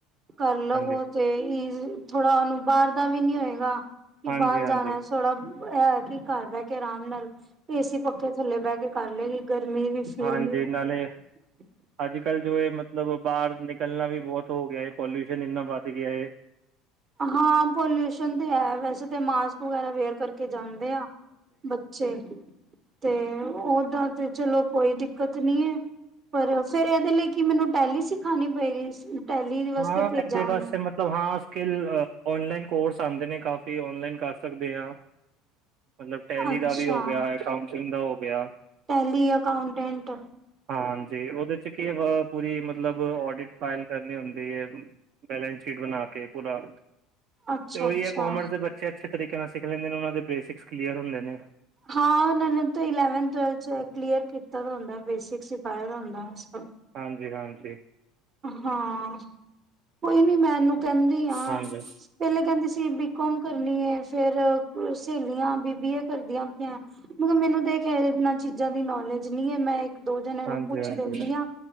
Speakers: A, on the right; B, on the right.
A: ਕਰਲਵੋ
B: ਹਾਂਜੀ-ਹਾਂਜੀ,
A: ਤੇ ਥੋੜਾ ਉਹਨੂੰ ਬਾਹਰ ਦਾ ਵੀ ਨੀ ਹੋਏਗਾ ਕਿ
B: ਹਾਂਜੀ-ਹਾਂਜੀ,
A: ਬਾਹਰ ਜਾਣਾ ਥੋੜ੍ਹਾ ਹੈ ਕਿ ਘਰ ਬਹਿ ਕੇ ਆਰਾਮ ਨਾਲ ਏਸੀ ਪੱਖੇ ਥੱਲੇ ਬਹਿ ਕੇ ਕਰ ਲਏਗੀ ਗਰਮੀ ਵੀ ਫੀਲ
B: ਹਾਂਜੀ
A: ਨੀ ਹੋਗੀ।
B: ਨਾਲੇ
A: <inaudible>
B: ਅੱਜ ਕੱਲ੍ਹ ਜੋ ਹੈ ਮਤਲਬ ਬਾਹਰ ਨਿਕਲਣਾ ਵੀ ਬਹੁਤ ਹੋ ਗਿਆ ਹੈ ਪੋਲਿਊਸ਼ਨ ਇੰਨਾ ਵੱਧ ਗਿਆ ਹੈ
A: ਹਾਂ ਪੋਲਿਊਸ਼ਨ ਤੇ ਹੈ ਵੈਸੇ ਤਾਂ ਮਾਸਕ ਵਗੈਰਾ ਵੇਅਰ ਕਰਕੇ ਕੇ ਜਾਂਦੇ ਆ ਬੱਚੇ ਤੇ ਉਹਦਾ ਤੇ ਚਲੋ ਕੋਈ ਦਿੱਕਤ ਨੀ ਹੈ ਪਰ ਫੇਰ ਇਹਦੇ ਲਈ ਕਿ ਮੈਨੂੰ ਟੈਲੀ ਸਿਖਾਉਣੀ ਪਏਗੀ ਟੈਲੀ ਵਾਸਤੇ
B: ਹਾਂ,
A: ਭੇਜਾ
B: ਇਹਦੇ
A: ਉਹਨੂੰ
B: ਵਾਸਤੇ ਮਤਲਬ ਹਾਂ ਸਕਲ ਔਨਲਾਈਨ ਕੋਰਸ ਆਉਂਦੇ ਨੇ ਕਾਫੀ ਔਨਲਾਈਨ ਕਰ ਸਕਦੇ ਹਾਂ ਮਤਲਬ ਟੈਲੀ
A: ਅੱਛਾ
B: ਦਾ ਵੀ ਹੋ ਗਿਆ ਅਉਟਿੰਗ ਦਾ ਹੋ ਗਿਆ
A: ਟੈਲੀ ਅਕਾਊਂਟੈਂਟ
B: ਹਾਂਾਂਜੀ ਉਹਦੇ ਚ ਕੀ ਵ ਪੂਰੀ ਮਤਲਬ ਡਿਟ ਫਾਇਲ ਕਰ ਦੀ ਹੈ ਬੈਲੇੈਂਸ ਸ਼ੀਟ ਬਣਾ ਕੇ ਪੂਰਾ
A: ਅੱਛਾ
B: ਤੇ ਉਹੀ
A: ਅੱਛਾ
B: ਹੈ, ਕੋਮਰਸ ਦੇ ਬੱਚੇ ਅੱਛੇ, ਅੱਛੇ ਤਰੀਕੇ ਨਾਲ ਸਿੱਖ ਲੈਂਦੇ ਨੇ ਉਹਨਾਂ ਦੇ ਬੇਸਿਕਸ ਕਲੀਅਰ ਹੁੰਦੇ ਨੇ।
A: ਹਾਂ ਉਹ ਨੇ ਇਲੇਵਥ ਕਲੀਅਰ ਕੀਤਾ ਹੁੰਦਾ, ਬੇਸਿਕ ਸਿਖਾਇਆ ਹੁੰਦਾ। ਅਛਾ
B: ਹਾਂਜੀ, ਹਾਂਜੀ
A: ਹਾਂ ਕੋਈ ਨੀ ਮੈਨੂੰ ਕਹਿੰਦੀ ਆ
B: ਹਾਂਜੀ,
A: ਪਹਿਲੇ ਕਹਿੰਦੀ ਸੀ। ਕਮ ਕਰਨੀ ਹੈ, ਫੇਰ ਸਹੇਲੀਆਂ ਬੀਬੀਏ ਕਰਦੀਆਂ ਪਈਆਂ। ਮਤਬ ਮੈਨੂੰ ਦੇਖਿਆ ਇਹਨਾਂ ਚੀਜ਼ਾਂ ਦੀ ਨੌਲੇਜ ਨਹੀਂ ਹੈ ਮੈਂ ਇਕ ਦੋ ਜਣੇ ਨੂੰ
B: ਹਾਂਜੀ,
A: ਪੁੱਛ
B: ਹਾਂਜੀ।
A: ਦਿੰਦੀ ਆ